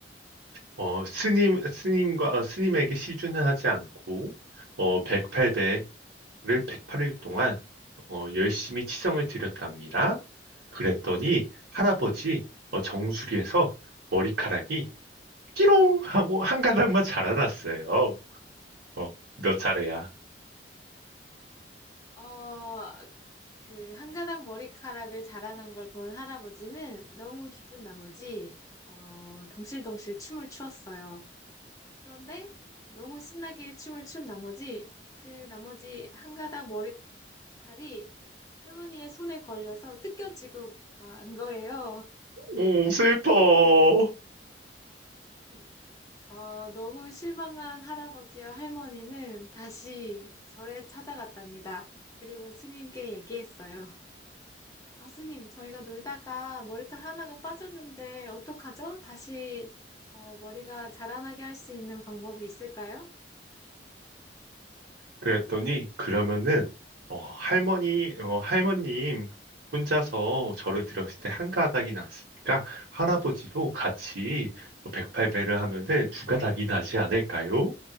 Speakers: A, on the right; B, on the left.
A: 어 스님 스님과 어, 스님에게 시주는 하지 않고 어 108배를 108일 동안 어 열심히 치성을 드렸답니다. 그랬더니 할아버지 어, 정수리에서 머리카락이 끼롱 하고 한 가닥만 자라났어요. 어, 몇 차례야.
B: 어, 그, 한 가닥 머리카락을 자라는 걸 본 할아버지는 너무 기쁜 나머지, 어, 덩실덩실 춤을 추었어요. 그런데 너무 신나게 춤을 춘 나머지, 그 나머지 한 가닥 머리 칼이 할머니의 손에 걸려서 뜯겨지고 만 거예요.
A: 오, 슬퍼.
B: 어, 음, 어, 너무 실망한 할아버지와 할머니는 다시 절에 찾아갔답니다. 그리고 스님께 얘기했어요. 아, 스님, 저희가 놀다가 머리털 하나가 빠졌는데 어떡하죠? 다시 어, 머리가 자라나게 할 수 있는 방법이 있을까요?
A: 그랬더니 그러면은 어, 할머니 어, 할머님 혼자서 절을 드렸을 때 한 가닥이 났으니까 할아버지도 같이 108배를 하면은 두 가닥이 나지 않을까요?